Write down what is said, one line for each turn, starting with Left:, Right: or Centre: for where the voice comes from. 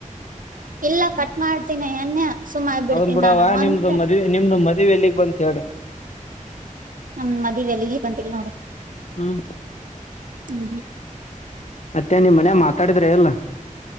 Right: ಇಲ್ಲ ಕಟ್ ಮಾಡ್ತೀನಿ ಅನ್ನೆ ಸುಮ್ ಆಗ್ಬಿಡ್ತೀನಿ
Left: ಅವನ್ ಬಿಡವ
Right: ನಾನು
Left: ನಿಮ್ದು
Right: ಅಂತ
Left: ಮದು ನಿಮ್ದು ಮದವೆ ಎಲ್ಲಿಗ್ ಬಂತ ಹೇಳ್ರಿ -- <inaudible>
Right: ನಮ ಮದ್ವೆದಲ್ಲಿ ಬಂದಿಲ್ಲ ನೋಡು
Left: ಹ್ಮ್
Right: ಹ್ಮ್
Left: ಮತ್ತೆ ನಿಮ್ಮ್ ಮನ್ಯಲಿ ಮಾತಾಡಿದ್ರೆ ಎಲ್ಲ